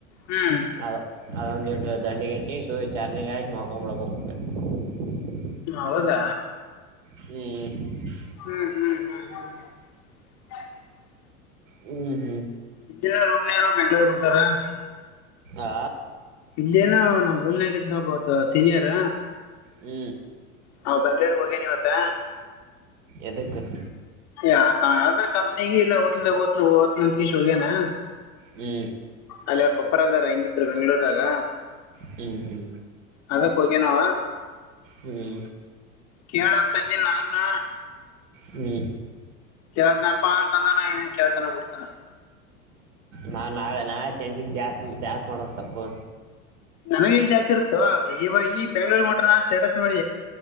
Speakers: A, on the left (about 40°); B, on the right (about 60°).
A: ಹ್ಮ್
B: ಅ ಅದೊಂದುಟದಂಡಿ ಅಚ್ಚಿಗೆಸಿ ಚಾರ್ಜಿಂಗ್ ಆಕಿಮಕ್ಕೊಂದ ಬಿಡ್ಬೇಕು. <unintelligible>
A: ಹ ಹೌದಾ,
B: ಹ್ಮಞ <unintelligible>
A: ಹ್ಮ್ ಹ್ಮ್ ಹ್ಮ್ ಹ್ಮ್ <inaudible>
B: ಹ್ಮ್,
A: ಇನ್ನ ರೂಮನರು ಬೆ್ಯಾಂಗ್ಳೂರು ಹೊಂಟಾರ <unintelligible>
B: ಆ
A: ಇಲ್ಲೇನು ನಮ್ ರೂಮ್ನಾಗಿದ್ನ ಒಬ್ಬವದ್ದ ಸೀನಿಯರ್
B: ಹ್ಮ,
A: ನಾ ಬೆಂಗ್ಳೂರ್ಗ್ ಹೋಗೇನಿವತ್ತ.
B: ಎದಕ್ಕ, -
A: ಯಾವ್ದರಕಂಪ್ನಿಗೆ, ಇಲ್ಲ ಹೋಟಲ್ದಾಋ ಓತಿನಿ ಅಂತ ಹೇಳಿ ಹೋಗೇನಾ.
B: ಹ್ಞೂ
A: ಅಲ್ಲಿಾರ ಪಪ್ಪರದಾರ ಹೆಂಗಿತ್ ಬೆಂಗ್ಳೂರ್ದಾಗ
B: ಹ್ಞೂ ಹ್ಞೂ
A: ಅದ ಹೋಗೇನಾವ
B: ಹ್ಞೂ
A: ಕೇಳಾ ತಂದೆ ನಲಂಗಣ
B: ಹ್ಮ
A: ಕೇಳ್ತನಪ್ಪ ಅಂತಂದಾನ ಏನ ಕೇಳ್ತನ ಕೊಡ್ತಾನ
B: ನಾವು ನಾಳೆ ನಾಳೆ ಚೆಂಜಿಗೆ ದಸ್ ದ್ಯಾಸ್ತಿ ಮಾಡೋಣ ಸೊಪ್ಪು
A: ನನಗ ಇಲ್ ಜಾಸ್ತಿ ಇರುತ್ತೋ ಈವಾಗ ಈ ಬೆಂಗ್ಳೂರ್ ಹೊಟ್ರ ನಾ ಸ್ಟೇಟಸ್ ನೋಿ